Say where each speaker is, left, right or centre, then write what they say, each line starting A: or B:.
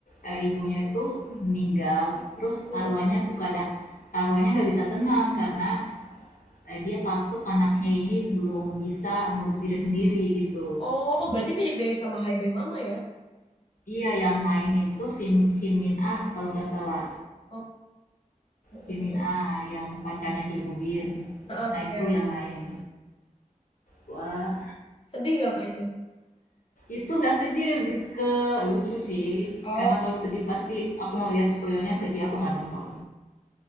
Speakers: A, on the left (about 80°); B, on the left (about 40°).
A: eee, ibunya itu meninggal, terus
B: Mm-mm.
A: arwahnya suka ada, arwahnya nggak bisa tenang karena eh, dia takut anaknya ini belum bisa ngurus diri sendiri gitu.
B: Oh, oh, berarti mirip-mirip sama Hai Bye Mama ya?
A: Iya yang main itu Sin, Sin Min Ah kalau nggak salah.
B: Oh, mm-mm.
A: Sin Min Ah yang pacarnya Kim Woo Bin.
B: Heeh,
A: Nah
B: iya.
A: itu yang main. Wah
B: Sedih gak kak itu?
A: itu nggak sedih lebih ke lucu sih.
B: Oh,
A: Karena kalau sedih pasti aku mau lihat spoilernya sedih aku nggak nonton.